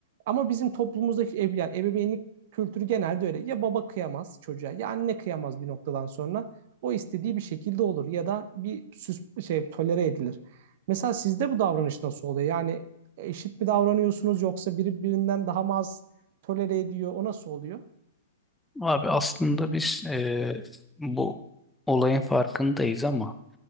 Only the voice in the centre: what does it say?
Abi aslında biz eee, bu olayın farkındayız ama